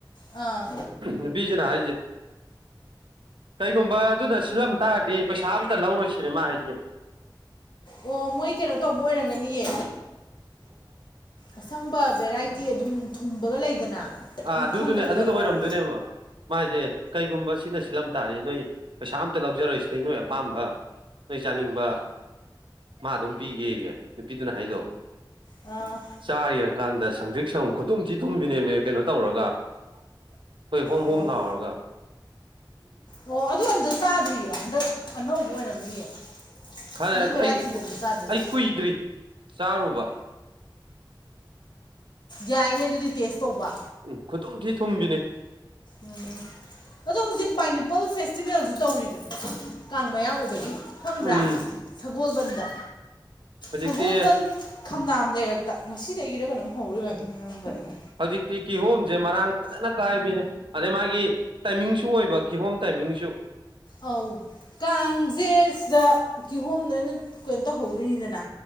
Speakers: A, on the left (about 60°); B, on the right (about 80°).
A: ꯑꯥ
B: ꯅꯨꯄꯤꯁꯤꯅ ꯍꯥꯏꯁꯦ ꯀꯩꯒꯨꯝꯕ ꯑꯗꯨꯗ ꯁꯤꯜꯂꯝ ꯇꯥꯔꯗꯤ ꯄꯩꯁꯥ ꯑꯝꯇ ꯂꯧꯔꯨꯁꯤꯅꯦ ꯃꯥ ꯍꯥꯏꯁꯦ
A: ꯑꯣ ꯃꯣꯏ ꯀꯩꯅꯣ ꯇꯧꯕ ꯑꯣꯏꯔꯝꯒꯅꯤꯌꯦ ꯑꯁꯪꯕ ꯚꯦꯔꯥꯏꯇꯤ ꯑꯗꯨꯝ ꯊꯨꯝꯕꯒ ꯂꯩꯗꯅ
B: ꯑꯥ
A: ꯃꯤ
B: ꯑꯗꯨꯗꯨꯅꯦ
A: ꯈꯪꯅ ꯄꯤꯔꯛꯄ
B: ꯑꯗꯨꯗꯣ ꯑꯣꯏꯔꯝꯗꯣꯏꯅꯦꯕ
A: ꯑꯣꯏꯔꯝ
B: ꯃꯥꯥꯏꯁꯦ ꯀꯩꯒꯨꯝꯕ ꯁꯤꯅ ꯁꯤꯜꯂꯝ ꯇꯥꯔꯦ ꯅꯣꯏ ꯄꯩꯁꯥ ꯑꯝꯇ ꯂꯧꯖꯔꯣꯏꯁꯤꯗꯩ ꯅꯣꯏ ꯑꯄꯥꯝꯕ ꯅꯣꯏ ꯆꯥꯅꯤꯡꯕ ꯃꯥ ꯑꯗꯨꯝ ꯄꯤꯒꯦꯌꯦ ꯅꯨꯄꯤꯗꯨꯅ ꯍꯥꯏꯗꯣ
A: ꯑꯥ
B: ꯆꯥ ꯌꯦꯡ ꯀꯥꯟꯗ ꯁꯪꯗ꯭ꯛ ꯁꯪ ꯈꯨꯇꯨꯝ ꯊꯤ ꯊꯨꯝꯕꯤꯅꯦꯕꯅꯦ ꯀꯩꯅꯣ ꯇꯧꯔꯒ ꯑꯩꯈꯣꯏ ꯍꯣꯝ
A: ꯑꯣ
B: ꯍꯣꯝ ꯂꯥꯎꯔꯒ
A: ꯑꯣ ꯑꯗꯨ ꯑꯝꯇ ꯆꯥꯗ꯭ꯔꯤꯌꯦ ꯍꯟꯗꯛ ꯑꯅꯧꯕ ꯑꯣꯏꯔꯝꯅꯤꯌꯦ
B: ꯈꯪꯂꯩꯔ
A: ꯑꯗꯨꯏ ꯚꯦꯔꯥꯏꯇꯤꯗꯣ
B: ꯑꯩ
A: ꯑꯝꯇ ꯆꯥꯗ꯭ꯔꯤ
B: ꯑꯩ ꯀꯨꯏꯗ꯭ꯔꯤ ꯆꯥꯔꯨꯕ
A: ꯌꯥꯏꯅꯦ ꯑꯗꯨꯗꯤ ꯇꯦꯁ ꯇꯧꯕ
B: ꯎꯝ ꯈꯨꯇꯨꯝ ꯊꯤ ꯊꯨꯝꯕꯤꯅꯤ
A: ꯎꯝ ꯑꯗꯣ ꯍꯧꯖꯤꯛ ꯄꯥꯏꯅꯦꯄꯜ ꯐꯦꯁꯇꯤꯚꯦꯜꯁꯨ ꯇꯧꯔꯤꯕꯅꯦ ꯀꯥꯡ ꯃꯌꯥ ꯑꯣꯏꯕꯒꯤ ꯐꯪꯕ꯭ꯔꯥ
B: ꯎꯝ
A: ꯁꯒꯣꯜꯕꯟꯗ
B: ꯍꯧꯖꯤꯛꯇꯤ
A: ꯁꯒꯣꯜꯕꯟ ꯈꯝꯅꯥꯝ ꯂꯩꯔꯛꯇ ꯉꯁꯤꯗꯒꯤꯔ ꯀꯩꯅꯣꯝ ꯍꯧꯔꯣꯏꯕꯅꯤ ꯉꯥꯡꯈꯔꯒ
B: ꯍꯧꯖꯤꯛꯇꯤ ꯀꯤꯍꯣꯝꯁꯦ ꯃꯔꯥꯡ ꯐꯖꯅ ꯀꯥꯏꯕꯅꯦ ꯑꯗꯩ ꯃꯥꯒꯤ ꯇꯥꯏꯃꯤꯡꯁꯨ ꯑꯣꯏꯕ ꯀꯤꯍꯣꯝ ꯇꯥꯏꯃꯤꯡꯁꯨ
A: ꯑꯧ ꯀꯥꯡꯁꯦ ꯁꯤꯗ ꯀꯤꯍꯣꯝꯗ ꯑꯩꯅ ꯀꯩꯅꯣ ꯇꯧꯍꯧꯗꯣꯏꯅꯤꯗꯅ